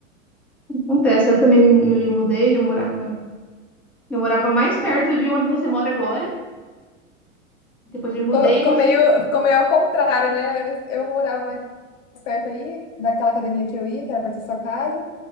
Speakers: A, in the centre; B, on the left (about 65°).
A: Acontece, eu também me, me mudei, eu morava Eu morava mais perto de onde você mora agora. Depois me mudei
B: Ficou ficou
A: e você.
B: meio, ficou meio ao contrário, né? Eu morava perto aí, daquela academia que eu ia, que era perto da sua casa.